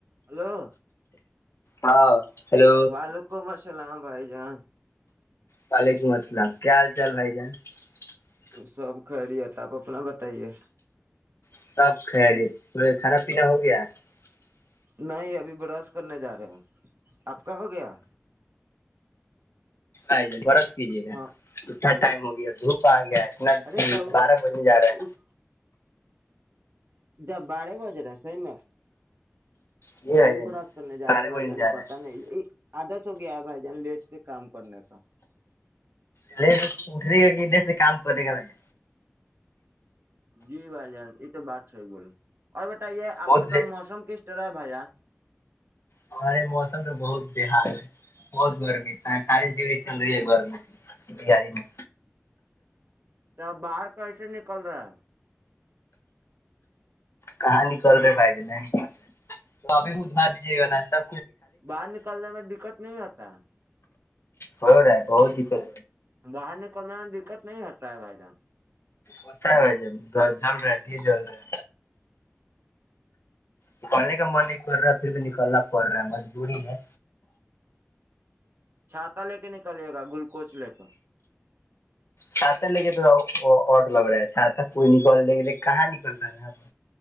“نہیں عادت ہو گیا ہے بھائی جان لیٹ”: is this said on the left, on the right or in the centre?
Right